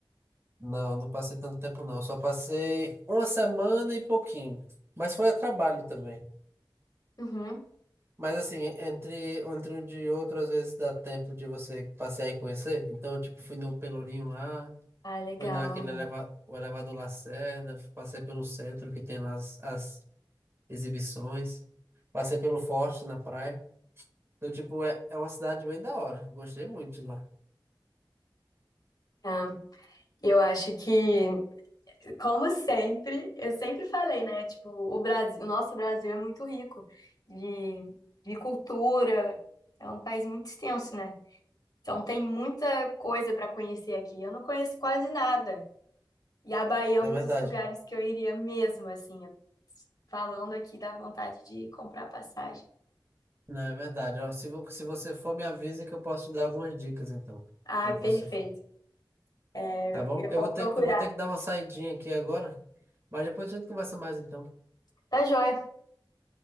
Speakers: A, on the right; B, on the left.
A: Não, não passei tanto tempo não. Eu só passei uma semana e pouquinho. Mas foi a trabalho também.
B: Uhum.
A: Mas assim, entre, entre um de outro, às vezes dá tempo de você passear e conhecer. Então, tipo, fui no Pelourinho lá,
B: Ah, legal.
A: fui naquele eleva, o elevador Lacerda, passei pelo centro que tem lá as, as exibições, passei pelo Forte na praia. Então, tipo, é, é uma cidade bem da hora. Gostei muito de lá.
B: Tá. Eu acho que Como sempre, eu sempre falei, né? Tipo, o Brasil, o nosso Brasil é muito rico de, de cultura, é um país muito extenso, né? Então tem muita coisa para conhecer aqui. Eu não conheço quase nada. E a Bahia é
A: É
B: um
A: verdade.
B: dos lugares que eu iria mesmo, assim, falando aqui da vontade de comprar passagem.
A: Não, é verdade. Ó, se, vo- se você for, me avisa que eu posso te dar algumas dicas, então,
B: Ai,
A: quando você
B: perfeito.
A: for.
B: É,
A: Tá bom?
B: eu
A: Eu
B: vou
A: vou ter,
B: procurar.
A: que- eu vou ter que dar uma saidinha aqui agora, mas depois a gente conversa mais, então.
B: Tá joia.